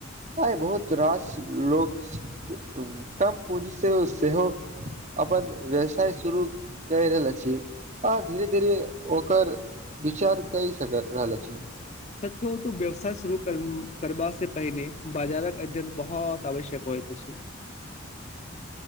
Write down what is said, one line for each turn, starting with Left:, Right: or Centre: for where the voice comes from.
Right: आइ बहुत रास लोक हुनका पूँजीसँ सेहो। अपन व्यवसाय शुरू करेला छी आ धीरे-धीरे ओकर। विचार कै सकत रहल छी।
Left: सच कहु त व्यवसाय शुरू करबा से पहिने बाजारक अध्ययन बहोत आवश्यक होइत अछि।